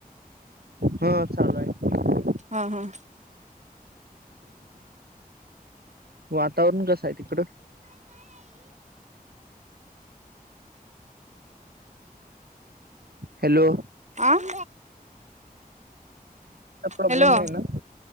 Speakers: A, on the right; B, on the right.
A: हा चालू आहे.
B: हा हा.
A: वातावरण कस आहे तिकडं? हॅलो.
B: आ <unintelligible>
A: प्रॉब्लेम
B: हॅलो
A: नाही ना